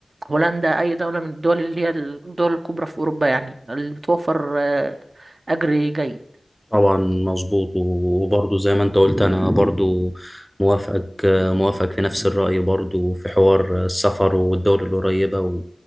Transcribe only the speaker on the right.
هولندا أي دولة من الدول اللي هي الدول الكبرى في أوروبا يعني اللي بتوفر آه، أجر جيد